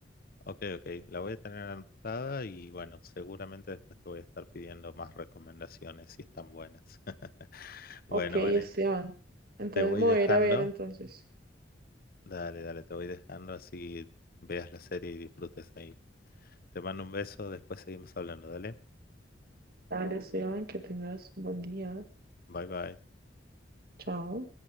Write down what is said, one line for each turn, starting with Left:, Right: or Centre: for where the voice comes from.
Left: ok, ok. La voy a tener anotada y bueno, seguramente después te voy a estar pidiendo más recomendaciones si están buenas. <laughs> Bueno,
Right: Ok, Esteban.
Left: Vane,
Right: Entonces
Left: te voy
Right: me
Left: dejando.
Right: voy a ir a ver entonces.
Left: Dale, dale, te voy dejando así veas la serie y disfrutes ahí. Te mando un beso, después seguimos hablando, dale.
Right: Dale, Esteban, que tengas buen día.
Left: Bye, bye.
Right: Chao.